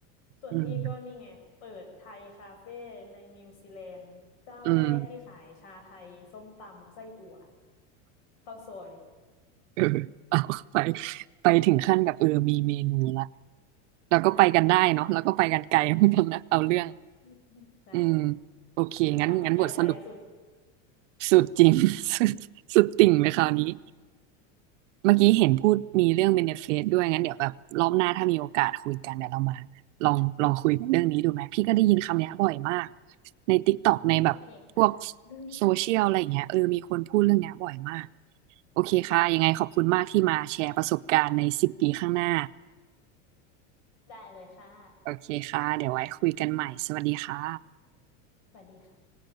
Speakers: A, on the left; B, on the right.
A: ส่วนพี่ก็นี่ไงเปิดไทยคาเฟ่ในนิวซีแลนด์เจ้าแรกที่ขายชาไทยส้มตำไส้อั่ว
B: อืมอืม
A: ข้าวซอย
B: เออ <laughs> เอาไปไปถึงขั้นกับเออมีเมนูละเราก็ไปกันได้เนาะแล้วก็ไปกันไกลเหมือนกันนะเอาเรื่อง
A: ใช่ใช่ใช่ใช่ <laughs> ใช่
B: อืมโอเคงั้นงั้นบทสรุป
A: ฝันให้ไกลไปให้สุด
B: สุดจริง <laughs> สุดสุดติ่งเลยคราวนี้ เมื่อกี้เห็นพูดมีเรื่องเบเนฟิตด้วยงั้นเดี๋ยวแบบรอบหน้าถ้ามีโอกาสคุยกันเดี๋ยวเรามาลองลองคุยกันเรื่องนี้ดูไหมพี่ก็ได้ยินคำเนี้ยบ่อยมากใน TikTok ในแบบพวก
A: โอเคค่ะ <laughs>
B: โซเชียลอะไรอย่างเงี้ยเออมีคนพูดเรื่องเนี้ยบ่อยมากโอเคค่ะยังไงขอบคุณมากที่มาแชร์ประสบการณ์ในสิบปีข้างหน้า
A: ได้เลยค่ะ
B: โอเคค่ะเดี๋ยวไว้คุยกันใหม่สวัสดีค่ะ
A: สวัสดีค่ะ